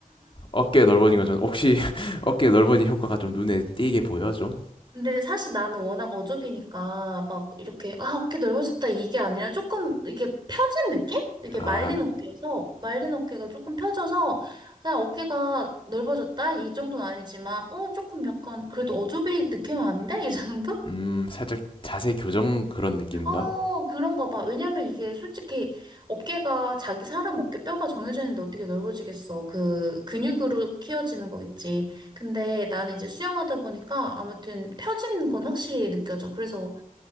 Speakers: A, on the left; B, on the right.
A: 어깨 넓어진 거좀 혹시 <laughs> 어깨 넓어진 효과가 좀 눈에 띄게 보여 좀?
B: 근데 사실 나는 워낙 어좁이니까 막 이렇게 아 어깨 넓어졌다 이게 아니라 조금 이게 펴진 느낌? 이게
A: 아
B: 말린 어깨에서 말린 어깨가 조금 펴져서 그냥 어깨가 넓어졌다 이 정도는 아니지만 어 조금 약간 그래도 어좁이 느낌은 아닌데 이 정도?
A: 음, 살짝 자세 교정 그런 느낌인가?
B: 어 그런가 봐. 왜냐면 이게 솔직히 어깨가 자기 사람 어깨 뼈가 정해져 있는데 어떻게 넓어지겠어. 그 근육으로 키워지는 거겠지. 근데 나는 이제 수영하다 보니까 아무튼 펴진 건 확실히 느껴져. 그래서